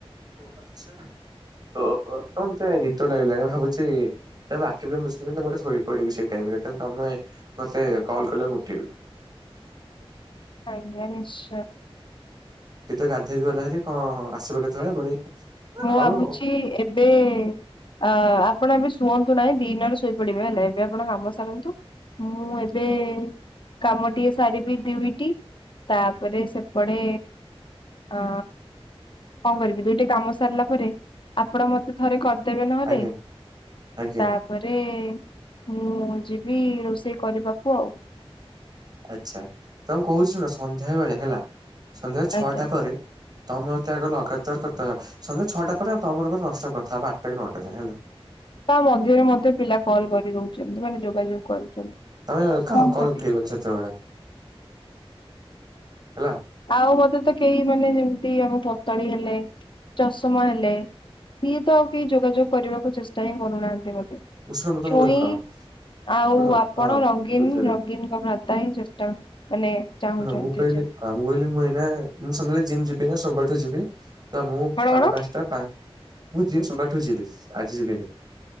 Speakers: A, on the right (about 40°); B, on the left (about 55°).
A: ଓ ଆଛା ଓହୋ କଣ ସେ ରିଟର୍ଣ ଆଇଲାଣି ଭାବୁଛି ବାକି ବି <inaudible> ମୁ ଶୋଇ ପଡିବି ସେଇ ଟାଇମ ତମେ ମତେ କଲ କଲେ ମୁ ଉଠିବି
B: ଆଜ୍ଞା ନିଶ୍ଚୟ।
A: ଏଇ ତ ଗାଧେଇକି ଗଲାଭାରି କଣ ଆସିବ କେତେବେଳେ ପୁଣି
B: ମୁଁ
A: ଆଉ
B: ଭାବୁଛି ଏବେ ଆ ଆପଣ ଏବେ ଶୁଅନ୍ତୁ ନାହିଁ ଦିିନରେ ଶୋଇପଡିବେ ହେଲା ଏବେ ଆପଣ କାମ ସାରନ୍ତୁ ମୁଁ ଏ ଏବେ କାମ ଟିକେ ସାରିବି ଦୁଇଟି ତାପରେ ସେପଟେ ହ କଣ କରିବି ଦୁଇଟି କାମ ସାରିଲା ପରେ ଆପଣ ମତେ ଥରେ କରିଦେବେ ନହେଲେ
A: ଆଜ୍ଞା
B: ତା
A: ଆଜ୍ଞା
B: ତାପରେ ମୁଁ ଯିବି ରୋଷେଇ କରିବାକୁ ଆଉ।
A: ଆଚ୍ଛା ତମକୁ କହୁଛି ଶୁଣ ସନ୍ଧ୍ୟା ବେଳେ ହେଲା ସନ୍ଧ୍ୟା ଛଅଟା
B: ଆଜ୍ଞା
A: ପରେ ତମେ ମତେ ଆଗ ଲଗାତାର କଥା ସନ୍ଧ୍ୟା ଛଟା ପରେ ତମର ମୋର ନନ୍‌ଷ୍ଟପ୍ କଥା ହବା ଆଟାରୁ ନଅଟା ଯାଏଁ ହେଲା।
B: ତା ମଧ୍ୟରେ ମଧ୍ୟ ପିଲା କଲ କରିଦଉଚନ୍ତି ମାନେ ଯୋଗାଯୋଗ କରୁଛନ୍ତି।
A: ତମେ କାହା
B: କଣ
A: କଲ
B: କରିବା
A: ଉଠେଇବନି ସେତେବେଳେ ହେଲା।
B: ଆଉ ମତେ ତ କେହି ମାନେ ଯେମିତି ଆମ ପତଳି ହେଲେ ଚଷମା ହେଲେ ସିଏ ତ ଆଉ କେହି ଯୋଗାଯୋଗ କରିବାକୁ ଚେଷ୍ଟା ହିଁ କରୁନାହାନ୍ତି ମୋତେ।
A: ହୁଁ ଶୁଣ ମୁଁ ତମକୁ
B: ଛୁଇଁ
A: କହ
B: ଆଉ
A: ଶୁଣ
B: ଆପଣ
A: ହଁ
B: ରଙ୍ଗୀନ
A: ବୁଝରେ
B: ରଙ୍ଗୀନଙ୍କ ଭ୍ରା ତା ଏଇ ଚେଷ୍ଟା ମାନେ ଚାହୁଁଛନ୍ତି
A: ସୁଣ ମୁଁ କହିଲି
B: କଣ
A: ଆ ମୁଁ କହିଲି ମୁଁ ଏଇନା ମୁଁ ସନ୍ଦ୍ୟାବେଳେ ଜିମ ଯିବି ନା ସୋମବାର ଠୁ ଯିବି। ତ ମୁଁ ସାଢେ
B: କଣ
A: ପାଞ୍ଚଟା ପାଞ୍ଚ ମୁଁ ଯିମି ସୋମବାର ଠୁ ଯିବି ଆଜି ଯିବିନି।